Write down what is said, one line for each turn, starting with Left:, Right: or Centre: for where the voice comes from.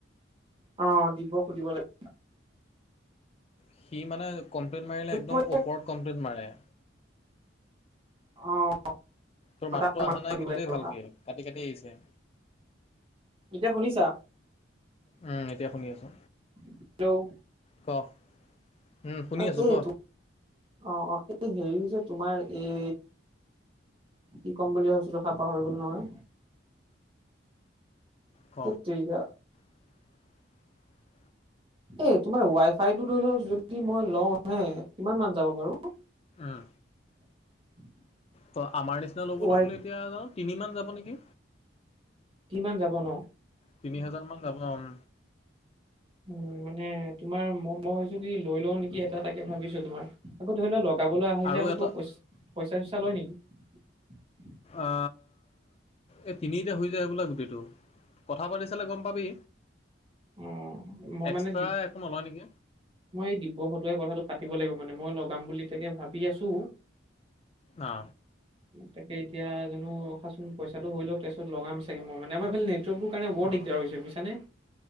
Right: অ দিব সুধিব লাগিব
Left: সি মানে কমপ্লেইট মাৰিলে একদম
Right: মই
Left: ওপৰত কমপ্লেইনট মাৰে
Right: অ
Left: তোৰ মাতটোো
Right: তাক
Left: অহা নাই
Right: দিব
Left: কিন্তু
Right: লাগিব
Left: দ ভালকে কাটি কাটি আহিছে
Right: এতিয়া শুনিছা
Left: উম এতিয়া শুনি আছো
Right: হেল্ল'
Left: ক উম শুনি
Right: অ
Left: আছো
Right: এই
Left: ক
Right: অ অ এই হেৰি যে তোমাৰ এই কি ক'ম বুলি ভাবিছিলো খাই পাহৰি গ'ল নহয়
Left: ক
Right: তে িক
Left: <unintelligible>
Right: এ তোমাৰ ৱাই ফাইটো ধৰি লও যদি মই লওঁ হে কিমান মান যাব বাৰু
Left: উম
Right: <unintelligible>
Left: ত আমাৰ নিচিনা লগ'বলৈ
Right: ৱাই
Left: গ'লে এতিয়া যাওঁ তিনি মমান যাব নেকি
Right: কিমান যাব ন
Left: তিনি হাজাৰ মান যাব অম
Right: উ মানে তোমাৰ মই মই ভছো কি লৈ লও নেকি এটা তাকে ভাবিছো তোমাৰ আকৌ ধৰি লও লগ যাবলৈ আহিলে
Left: আৰু
Right: আকৌ
Left: এটা
Right: কিবা পইচা পইচা চইচা লয় নেকি
Left: অ এই তিনিতে হৈ যায় বোলে গুটেইটো কথা পাতি চালে গম পাবি
Right: অ মই
Left: এক্সট্ৰা
Right: মানে
Left: একো নলয় নেকি
Right: মই এই দিব্যসতুৱে কথাটো পাতিব লাগিব মানে মই লগাম বুলি তাকে ভাবি আছো
Left: অ
Right: তাকে এতিয়া জানো অখাচোন পইচাটো হৈ লওক তাৰপিছত লগাম চাগে মানে মই এইফালে চবোৰ কাৰণ বৰ
Left: অ
Right: দি দিয়া হৈছে বুজছানে